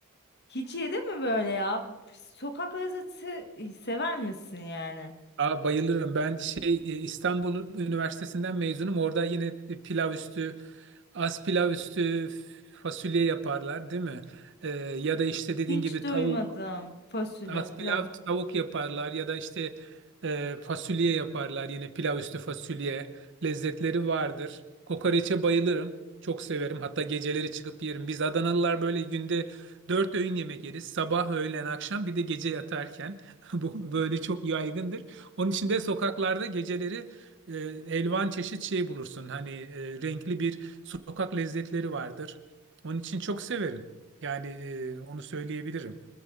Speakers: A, on the left (about 50°); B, on the right (about 55°).
A: Hiç yedin mi böyle ya? Sokak lezzeti e, sever misin yani?
B: Aa, bayılırım. Ben şey e, İstanbul Üniversitesi'nden mezunum. Orada yine pilav üstü, az pilav üstü fasulye yaparlar, değil mi? Ee, ya da işte dediğin
A: Hiç
B: gibi
A: duymadım
B: tavuk.
A: fasulye
B: Az
A: pilav
B: pilav
A: üstü.
B: tavuk yaparlar ya da işte e, fasulye yaparlar. Yine pilav üstü fasulye lezzetleri vardır. Kokoreçe bayılırım. Çok severim. Hatta geceleri çıkıp yerim. Biz Adanalılar böyle günde dört öğün yemek yeriz. Sabah, öğlen, akşam bir de gece yatarken. <laughs> Bu böyle çok yaygındır. Onun için de sokaklarda geceleri e, elvan çeşit şey bulursun. Hani e, renkli bir sokak lezzetleri vardır. Onun için çok severim. Yani e, onu söyleyebilirim.